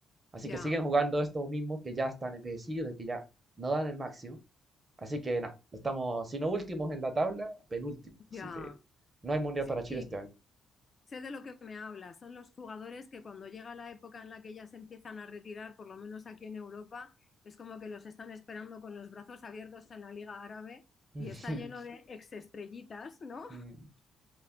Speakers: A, on the right; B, on the left.
A: Así
B: ya,
A: que siguen jugando estos mismos que ya están envejecidos y que ya no dan el máximo. Así que nada, estamos, si no últimos en la tabla, penúltimos. Así
B: ya.
A: que no hay mundial
B: Sí,
A: para Chile
B: sí.
A: este año.
B: Sé de lo que me hablas. Son los jugadores que cuando llega la época en la que ya se empiezan a retirar, por lo menos aquí en Europa, es como que los están esperando con los brazos abiertos en la Liga Árabe
A: <laughs>
B: y está lleno de exestrellitas, ¿no?
A: Mm.